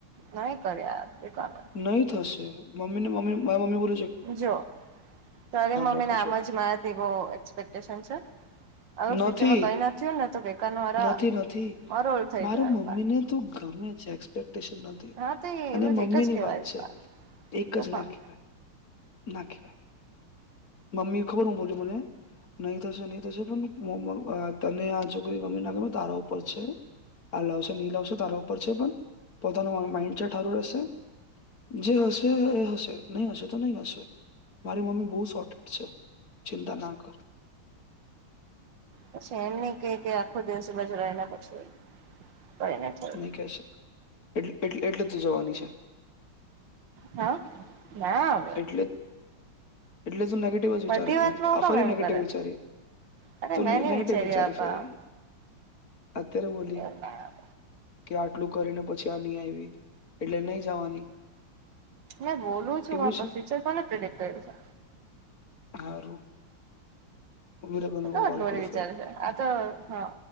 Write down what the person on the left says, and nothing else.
નહીં થશે મમ્મીને મમ્મીને મા <unintelligible>
રાખો
છો
નથી
નથી નથી
મારા
મમ્મીને તું ગમે છે, એક્સપેક્ટેશન નથી.
અને
મમ્મીની
વાત છે, એક
જ
ના કી ભાય નાખી ભાય મમ્મી ખબર હું બોલી મને? નહી થશે નહી થશે મો મ અ તને આ છોકરી ગમે ના ગમે તારા ઉપર છે. આ લાવશે ની લાવશે તારા ઉપર છે, પણ પોતાનું માઇન્ડ હારું રહેશે જે હશે એ હશે નહી હશે તો નય હશે મારી મમ્મી બો સોટ છે, ચિંતા ના કર
નહીં કહેશે એટ એટ એટલે તુ જવાની છે.
એટલે એટલે તું નેગેટિવ જ
વિચારી
ફરી
નેગેટિવ
વિચારી.
તું
નેગેટિવ
વિચારી
ફરી. અત્યારે બોલી
ક્યા આટલું કરીને પછી આ ન આવી એટલે નહી જવાની.
એવું
છે
હારું. ઊભી રે કોને
કોલ
કરું
ફરી